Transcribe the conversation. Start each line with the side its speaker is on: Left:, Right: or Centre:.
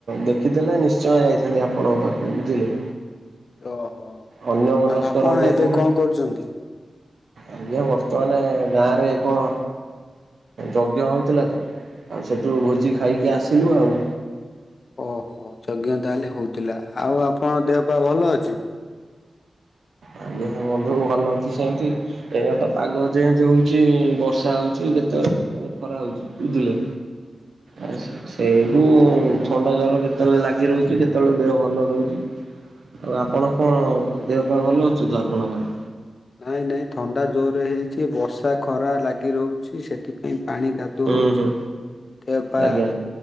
Right: ଦେଖିଦଲେ ନିଶ୍ଚୟ ଯାଇଥାନ୍ତି ଆପଣଙ୍କ ପାଖକୁ ବୁଝିଲେ।
Left: ଓହୋ।
Right: ଅନ୍ୟ ମନସ୍କ
Left: ଆଉ ଆପଣ
Right: ରହିଯାଇଥିବି
Left: ଏବେ କଣ କରୁଛନ୍ତି?
Right: ଆଜ୍ଞା ବର୍ତ୍ତମାନ ଗାଁରେ କଣ? ଯଜ୍ଞ ହଉଥିଲା ତ ଆଉ ସେଠୁ ଭୋଜି ଖାଇକି ଆସିଲୁ ଆଉ।
Left: ଓହୋ ଯଜ୍ଞ ତାହେଲେ ହଉଥିଲା ଆଉ ଆପଣଙ୍କ ଦେହ ପା ଭଲ ଅଛି?
Right: ଆଜ୍ଞା ହଁ ବନ୍ଧୁ ଭଲ ଅଛି ସେମିତି ଏବେ ତ ପାଗ ଯେନ୍ ଯ ଉଛି ବର୍ଷା ହଉଛି କେତେବେଳେ କେତେବେଳେ ଖରା ହଉଛି ବୁଝିଲେ, ଆଉ ସେଇଠୁ ଥଣ୍ଡା ଜର କେତେବେଳେ ଲାଗି ରହୁଛି କେତେବେଳେ ଦେହ ଭଲ ରହୁଛି। ଆଉ ଆପଣ କଣ ଦେହ ପା ଭଲ ଅଛି ତ ଆପଣଙ୍କର?
Left: ନାଇଁ ନାଇଁ ଥଣ୍ଡା ଜୋରେ ହେଇଛି ବର୍ଷା ଖରା ଲାଗି ରହୁଛି ସେଥିପାଇଁ ପାଣି କାଦୁ ଦୁ
Right: ହୁଁ
Left: ହଉଛି
Right: ହୁଁ
Left: ଦେହ ପା
Right: ଆଜ୍ଞା